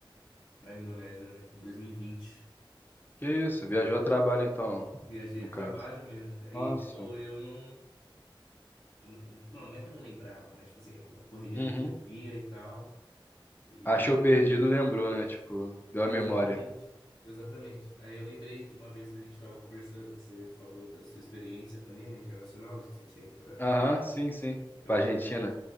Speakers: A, on the left; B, on the left.
A: pra Indonésia, né? Em 2020.
B: Que isso? Viajou a trabalho então,
A: Viajei
B: no
A: a trabalho
B: caso.
A: mesmo, cara.
B: Nossa.
A: E, tipo, eu não. eu não, não não é que eu não lembrava, mas tipo assim, eu- a correria
B: Uhum.
A: do dia a dia e tal. E
B: Achou perdido, lembrou, né? Tipo, deu
A: exatamente,
B: a memória.
A: exatamente. Aí eu lembrei de uma vez que a gente estava conversando que você falou da sua experiência também, né, internacional, que você tinha ido para
B: Aham, sim, sim.
A: para
B: Pra Argentina.